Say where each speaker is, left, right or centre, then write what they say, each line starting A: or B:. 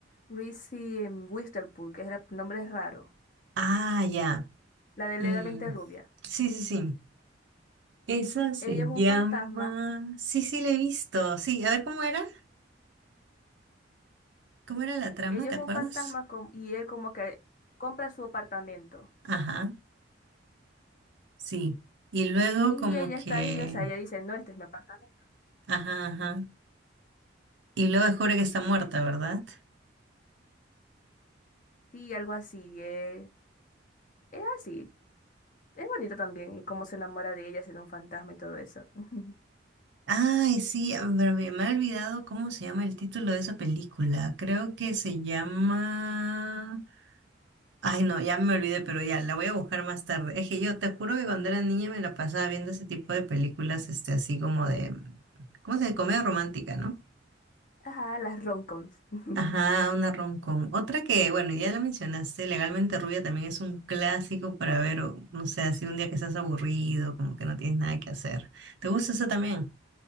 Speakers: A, on the left; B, on the right.
A: Reese em, Witherspoon, que es el nombre es raro.
B: Ah, ya.
A: La de
B: Mm,
A: Legalmente Rubia.
B: Sí, sí, sí. Esa se
A: Ella es un
B: llama...
A: fantasma.
B: Sí, sí, la he visto. Sí, a ver cómo era. ¿Cómo era la trama?
A: Ella
B: ¿Te
A: es
B: acuerdas?
A: un fantasma com- y él como que compra su apartamento.
B: Ajá, sí. Y luego
A: Y
B: como
A: ella
B: que...
A: está ahí, o sea, ella dice, no, este es mi apartamento.
B: Ajá, ajá. Y luego descubre que está muerta, ¿verdad?
A: Sí, algo así. eh, Es así. Es bonito también, y cómo se enamora de ella siendo un fantasma y todo eso. <laughs>
B: Ay, sí, a ver, me, me he olvidado cómo se llama el título de esa película. Creo que se llama... Ay, no, ya me olvidé, pero ya, la voy a buscar más tarde. Es que yo te juro que cuando era niña me la pasaba viendo ese tipo de películas, este, así como de... ¿Cómo se dice? Comedia romántica, ¿no?
A: Ajá, las romcoms. <laughs>
B: Ajá, una rom-com. Otra que, bueno, ya la mencionaste, Legalmente Rubia también es un clásico para ver, o, no sé, así un día que estás aburrido, como que no tienes nada que hacer. ¿Te gusta eso también?